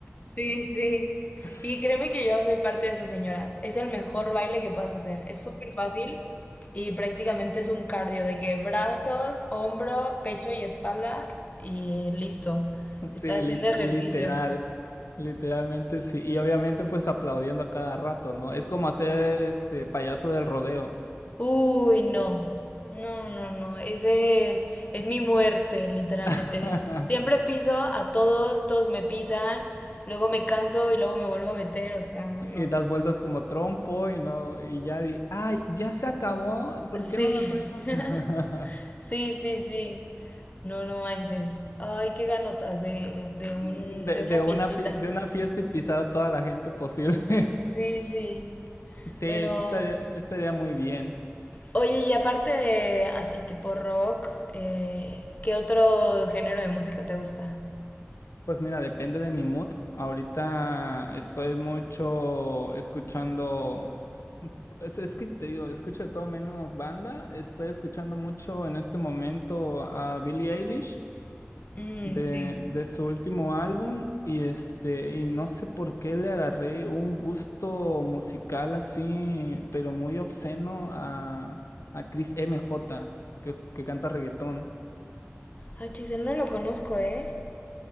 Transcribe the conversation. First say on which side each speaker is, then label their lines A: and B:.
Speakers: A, on the left; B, on the left.
A: Sí, sí.
B: <laughs>
A: Y créeme que yo soy parte de esas señoras. Es el mejor baile que puedas hacer. Es súper fácil y prácticamente es un cardio de que brazos, hombro, pecho y espalda y listo.
B: Sí,
A: Estás
B: lit-
A: haciendo ejercicio.
B: literal, literalmente sí. Y obviamente pues aplaudiendo a cada rato, ¿no? Es como hacer este payaso del rodeo.
A: Uy, no. No, no, no. Ese es mi muerte, literalmente.
B: <laughs>
A: Siempre piso a todos, todos me pisan, luego me canso y luego me vuelvo a meter, o sea,
B: Y
A: no.
B: das vueltas como trompo y no, y ya di, ay, ya se acabó, ¿por
A: Sí.
B: qué no la pueden ot-?"
A: <laughs> Sí, sí, sí. No, no manches. Ay, qué ganotas de, de
B: <laughs>
A: un,
B: de,
A: de una
B: de
A: fiestita.
B: una fie- de una fiesta y pisar a toda la gente posible.
A: Sí, sí.
B: Sí,
A: Pero,
B: sí estaría, sí estaría muy bien.
A: oye, y aparte de así tipo rock, eh, ¿qué otro género de música te gusta?
B: Pues mira, depende de mi mood. Ahorita estoy mucho escuchando, es, es que te digo, escucho de todo menos banda. Estoy escuchando mucho en este momento a Billie Eilish
A: Mm,
B: de,
A: sí.
B: de su último álbum y este, y no sé por qué le agarré un gusto musical así, pero muy obsceno a, a Chris M J que, que canta reggaetón.
A: Ah, Chisel, no lo conozco, ¿eh?